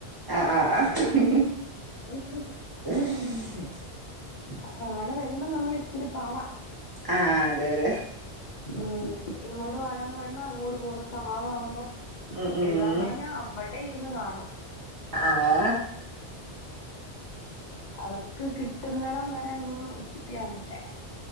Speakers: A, on the right; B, on the left.
A: ആഹ് ആഹ് അഹ്
B: <unintelligible>
A: <unintelligible>
B: അപ്പൊ അങ്ങനെ വരുമ്പം നമ്മളിച്ചിരി പാടാ
A: ആഹ് അതെ അതെ
B: ഉം ഇങ്ങോട് വാടാന്ന് പറയുമ്പോ അങ്ങോട് പോകുന്ന സഭാവാവുമ്പോ
A: ഉം ഉം
B: എഴുതാൻ പറഞ്ഞാ അവടെ ഇരുന്ന് കാണും
A: ആഹ്
B: അവർക്ക് കിട്ടുന്നടം വരെ എന്നും ഗുസ്തിയാണിവടെ